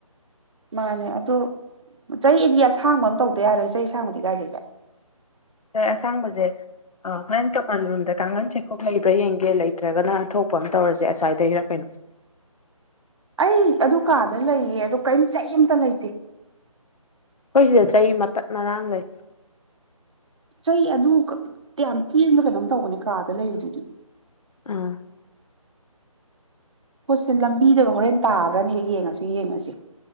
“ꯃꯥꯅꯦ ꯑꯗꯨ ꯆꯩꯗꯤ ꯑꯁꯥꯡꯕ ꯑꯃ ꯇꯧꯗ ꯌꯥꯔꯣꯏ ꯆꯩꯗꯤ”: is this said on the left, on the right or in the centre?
Right